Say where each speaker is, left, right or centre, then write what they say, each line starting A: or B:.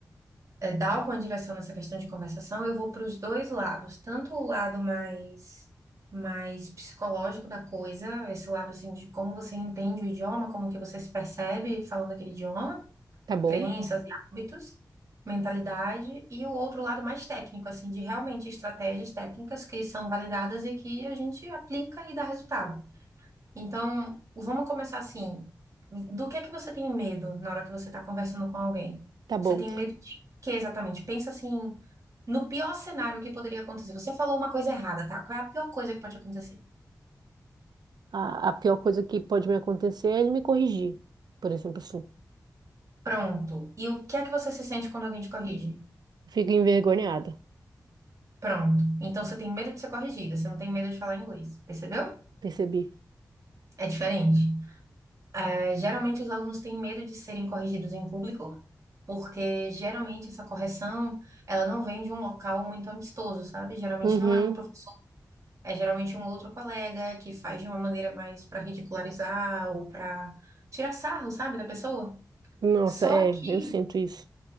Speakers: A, on the right; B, on the right.
A: eh, dar alguma direção nessa questão de conversação, eu vou para os dois lados, tanto o lado mais mais psicológico da coisa, esse lado assim de como você entende o idioma, como que você se percebe falando aquele idioma,
B: Tá bom?
A: crenças e hábitos, mentalidade, e o outro lado mais técnico, assim, de realmente estratégias técnicas que são validadas e que a gente aplica e dá resultado. Então, vamos começar assim. Do que é que você tem medo na hora que você está conversando com alguém?
B: Tá bom.
A: Você tem medo de quê exatamente? Pensa assim, no pior cenário que poderia acontecer. Você falou uma coisa errada, tá? Qual é a pior coisa que pode acontecer?
B: A, a pior coisa que pode me acontecer é ele me corrigir, por exemplo, assim.
A: Pronto. E o que é que você se sente quando alguém te corrige?
B: Fico envergonhada,
A: Pronto. Então você tem medo de ser corrigida, você não tem medo de falar inglês, percebeu?
B: percebi.
A: É diferente. É, geralmente os alunos têm medo de serem corrigidos em público, porque geralmente essa correção, ela não vem de um local muito amistoso, sabe? Geralmente
B: Uhum.
A: não é um professor, é geralmente um outro colega que faz de uma maneira mais para ridicularizar ou para tirar sarro, sabe, da pessoa.
B: Nossa,
A: Só
B: é,
A: que,
B: eu sinto isso.